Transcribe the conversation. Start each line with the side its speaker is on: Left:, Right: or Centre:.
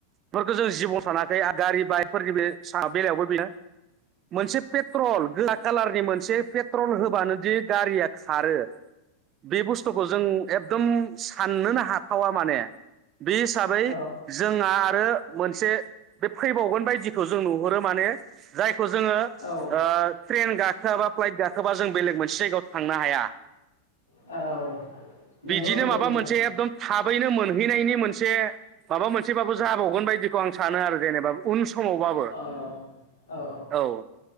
Right: बेफोरखो जों जिबनआव सानाखै आरो गारि बाइकफोरनि बे बेलायावबो बेनो । मोनसे पेट्रल गोजा कालारनि मोनसे पेट्रल होबानो दि गारिया खारो बे बुस्थुखौ जों एकदम साननोनो हाथावा माने बे हिसाबै
Left: औ
Right: जोंहा आरो मोनसे बे फैबावगोन बायदिखौ जों नुहुरो माने जाय खौ जोङो
Left: औ
Right: ओ ट्रेन गाखोआबा फ्लाइट गाखोबा जों बेलेग मोनसे जायगायाव थांनो हाया
Left: औ नंगौ
Right: बिदिनो
Left: नंगौ
Right: माबा
Left: नोंथां
Right: मोनसे एकदम थाब बैनो मोनहैनायनि मोन मोनसे माबा मोनसेबाबो जाबावगोन बायदिखौ आं सानो आरो जेनेबा उन समावबाबो
Left: औ औ औ
Right: औ